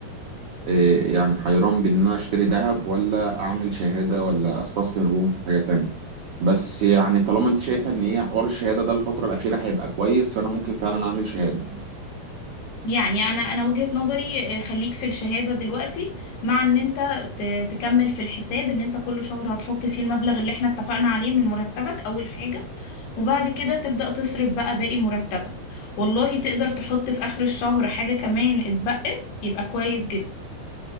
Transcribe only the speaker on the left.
يعني انا انا وجهة نظري آه، خليك في الشهادة دلوقتي مع ان انت ت- تكمل في الحساب ان انت كل شهر هتحط فيه المبلغ اللي احنا اتفقنا عليه من مرتبك اول حاجة وبعد كده تبدأ تصرف بقى باقي مرتبك والله تقدر تحط في اخر الشهر حاجة كمان اتبقت يبقى كويس جدا